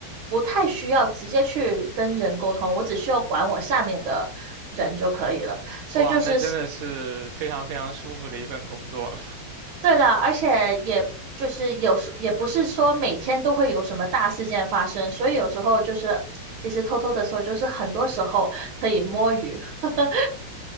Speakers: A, on the right; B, on the right.
A: 不太需要直接去跟人沟通，我只需要管我下面的人就可以了。所以就是。
B: 哇，那真的是非常非常舒服的一份工作了。
A: 对的，而且也就是有时也不是说每天都会有什么大事件发生，所以有时候就是其实偷偷的时候，就是很多时候可以摸鱼，<laughs>